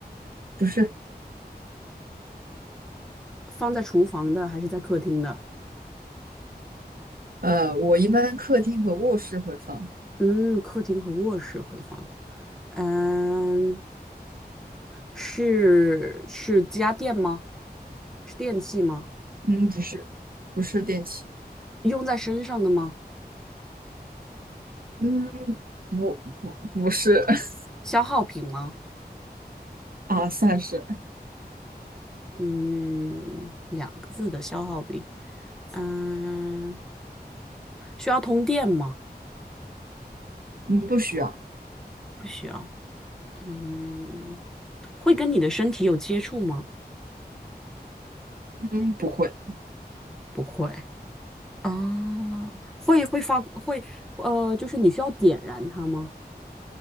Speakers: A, on the right; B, in the centre.
A: 不是，
B: 放在厨房的还是在客厅的？
A: 呃，我一般客厅和卧室会放。
B: 嗯，客厅和卧室会放。嗯，是是家电吗？是电器吗？
A: 嗯，不是，不是电器，
B: 用在身上的吗？
A: 嗯，不不不是 <laughs>
B: 消耗品吗？
A: 啊，算是，
B: 嗯，两个字的消耗品。嗯，需要通电吗？
A: 嗯，不需要，
B: 不需要。嗯，会跟你的身体有接触吗？
A: 嗯，不会，
B: 不会。啊，会会发会呃，就是你需要点燃它吗？